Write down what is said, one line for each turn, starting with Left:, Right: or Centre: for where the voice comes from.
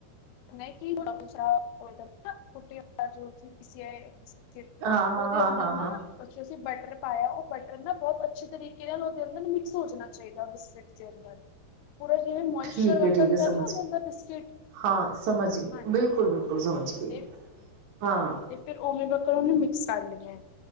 Left: ਨਹੀਂ ਕੀ <unintelligible>
Right: ਹਾਂ ਹਾਂ
Left: ਉਹਦੇ ਅੰਦਰ
Right: ਹਾਂ
Left: ਨਾ
Right: ਹਾਂ ਹਾਂ
Left: ਅੱਛੇ ਅਸੀਂ ਬਟਰ ਪਾਇਆ ਉਹ ਬਟਰ ਨਾ ਬਹੁਤ ਅੱਛੀ ਤਰੀਕੇ ਨਾਲ ਉਹਦੇ ਅੰਦਰ ਮਿਕਸ ਸੋਚਣਾ ਚਾਹੀਦਾ <inaudible> ਅੰਦਰ। ਪੂਰਾ ਜਿਵੇਂ ਮੋਇਸ਼ਚਰ
Right: ਠੀਕ
Left: ਵਕਣ
Right: ਹੈ ਠੀਕ ਹੈ
Left: ਦਾ ਨੀ
Right: ਸਮਝ
Left: ਹੋ ਜਾਂਦਾ
Right: ਗਏ
Left: ਬਿਸਕਿਟ
Right: ਹਾਂ ਸਮਝ ਗਈ,
Left: ਹਾਂਜੀ
Right: ਬਿਲਕੁਲ-ਬਿਲਕੁਲ ਸਮਝ ਗਈ
Left: ਤੇ
Right: ਹਾਂ।
Left: ਤੇ ਫਿਰ ਉਵੇਂ ਵਕਣ ਉਹਨੂੰ ਮਿਕਸ ਕਰ ਲਿਆਂ